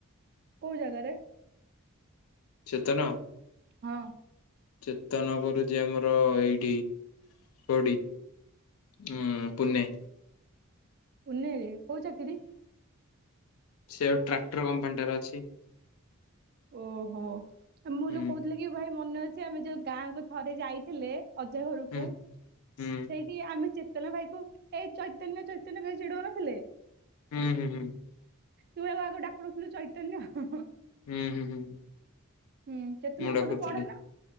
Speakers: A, on the right (about 45°); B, on the left (about 75°).
A: କୋଉ ଜାଗାରେ?
B: ଚେତନ।
A: ହଁ।
B: ଚେତନ କରୁଚି ଆମର ଏଇଠି <unintelligible> ହୁଁ ପୁଣେ।
A: ପୁନେରେ କୋଉ ଚାକିରି?
B: ସେଆଡୁ ଟ୍ରାକ୍ଟର କମ୍ପାନୀଟା ରେ ଅଛି।
A: ଓହୋ ମୁଁ
B: ହୁଁ
A: ଯୋଉ କହୁଥିଲି କି ଭାଇ ମନେ ଅଛି ଆମେ ଯୋଉ ଗାଁ ଥରେ ଯାଇ ଥିଲେ ଅଜା ଘରକୁ
B: ହୁଁ ହୁଁ
A: ସେଇ ଆମେ ଚେତନ ଭାଇ କ ଏଇ ଚୈତନ୍ୟ ଚୈତନ୍ୟ ଭାଇ ଚିଢଡଉନଥିଲେ?
B: ହୁଁ ହୁଁ ହୁଁ।
A: ତୁ ଏବେ ଆଗକୁ ଡାକୁଥିଲୁ ଚୈତନ୍ୟ?
B: ହୁଁ ହୁଁ ହୁଁ।
A: ହୁଁ ଚେତନ
B: ମୁଁ
A: ଭାଇ
B: ଡାକୁଥିଲି
A: ତୋଠୁ ବଡ ନା?